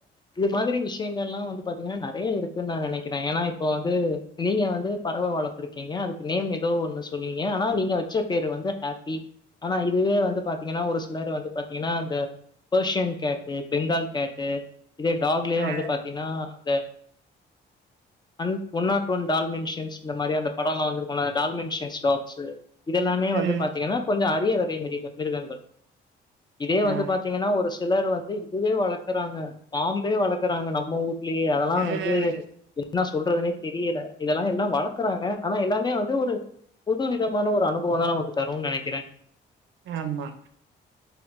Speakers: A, on the left; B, on the right.
A: இது மாதிரி விஷயங்கள்லா வந்து பாத்தீங்கன்னா நெறைய னே இருக்குன்னு நா நெனைக்கிறே ஏனா இப்ப வந்து நீங்க வந்து பறவ வளத்துருக்கீங்க அதுக் நேம் ஏதோ ஒன்னு சொன்னீங்க ஆனா நீங்க வச்ச பேரு வந்து ஹாப்பி ஆனா இதுவே வந் து பாத்தீங்கன்னா ஒரு சிலர் வந்து பாத்தீங்கன்னா இந்த பர்ஷியன் கேட்டு பெங்கால் கேட்டு இதே டாக்லயே
B: ஆ
A: வந்து பாத்தீன்னா அந்த an one not one dalmatians இந்த மாரி அந்த படோல்லா வந்துருக் டால்மன்ஷென்ஸ் டாக்ஸூ இதெல்லாமே வந்து
B: ம்
A: பாத்தீங்கன்னா கொஞ்சோ அரிய வகை மிரு மிருகங்கள் இதே வந்து
B: ஆ
A: பாத்தீங்கன்னா ஒரு சிலர் வந்து இதுவே வளக்குறாங்க பாம்பே வளக்குறாங்க நம்ம ஊர்லயே அதெல்லா
B: ம்
A: வந்து என்ன சொல்றதுனே தெரியல இதெல்லா எல்லா வளக்குறாங்க ஆனா எல்லாமே வந் இது ஒரு புது விதமான ஒரு அனுபோந்தா நமக்கு தருனு நெனைக்கிறே
B: ஆமா